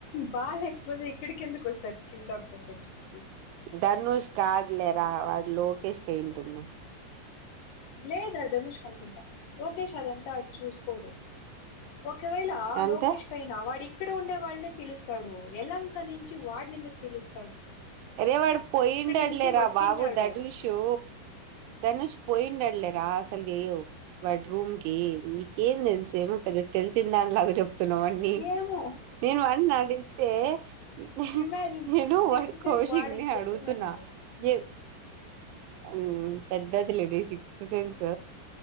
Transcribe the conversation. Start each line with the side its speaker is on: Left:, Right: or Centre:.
Left: బాలేకపోతే ఇక్కడికి కిందకొస్తారు స్కిన్ డాక్టర్ దగ్గరకి
Right: ధనుష్ కాదులేరా వాడు లోకేష్ కి అయి ఉంటుంది
Left: లేదురా ధనుష్కనుకుంటా లోకేష్ అదంతా చూస్కోడు. ఒకవేళ
Right: అంటే
Left: లోకేష్కైనా వాడి ఇక్కడ ఉండే వల్లే పిలుస్తాడు ఎలంక నుంచి వాడ్నేందుకు పిలుస్
Right: అరే వాడు పోయిండడు
Left: నుంచి
Right: లేరా
Left: వచ్చింటాడు
Right: బాబు ధనుషూ ధనుష్ పోయిండడు లేరా అసల్ లేవ్ బెడ్ రూమ్కి నీకేం తెలుసేం పెద్ద తెలిసిన దానిలాగా చెప్ తున్నావ్ అన్ని
Left: ఏమో
Right: నేను వాడ్ని అడిగితే నే
Left: ఇమాజిన్
Right: నేను
Left: సిక్స్త్
Right: వాడు
Left: సెన్స్
Right: కౌశిక్గా
Left: వాడి చెప్తున్నా
Right: అడుగుతున్న
Left: నేను
Right: ఏ హ్మ్ పెద్దది లేదే సిక్స్త్ సెన్స్